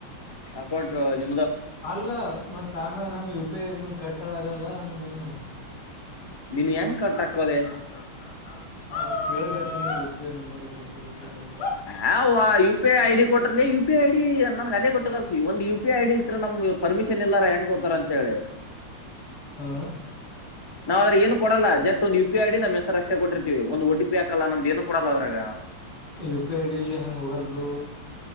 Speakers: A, on the left; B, on the left.
A: ಹಾಕಂಟು ನಿ
B: ಅಲ್ಲ ಮತ್ತತ್ ಆಮ್ಯಾಗ ನಮ್ ಯು ಪಿ ಐ ಇದನ್ ಕಟ್ಟದಗಲ್ಲ ಹಂಗೇನು
A: ನೀನ್
B: <inaudible>
A: ಹೆಂಗ್ cut ಹಾಕೋದೆ
B: ಕೇಳಬೇಕತೀನಿ U P I number ಕೊಟ್ಟಿದಕ್ಕೆಲ್ಲ
A: ಹ ಯು ಪಿ ಐ ಐಡಿ ಕೊಟ್ರಲ್ಲ ಯು ಪಿ ಐ ಐಡಿ ನನ್ಗೆ ಅದೇ ಗೊತ್ತಾಗಲ್ತಿ ಒಂದ್ ಯು ಪಿ ಐ ಡಿ ಇಲ್ತ್ ನಮ್ಗೆ ಪರ್ಮಿಷನ್ ಇಲ್ಲಾರ ಹೆಂಗ್ ಕೋತಾರ ಅಂತ ಹೇಳಿ
B: ಹ್ಮ್
A: ನಾವ್್ರ ಏನು ಕೊೋಲ್ಲ ಜಸ್ಟ್ ಒಂದು ಯು ಪಿ ಐ ಡಿ ನ ಹೆಸರ್ ಅಷ್ಟೇ ಕೊಟ್ಟರ್ತತಿವಿ ಒಂದು ಟಿ ಪಿಾಲ್ಲ ನಮ್ದ ಏನು ಕೊಡಲ್ಲದ್ರಾಗ
B: ಯು ಪಿ ಐ ಡಿಿಯಲ್ಲಿ ಹೆಂಗ್ ಹೋಗಲ್ ಬಿಡು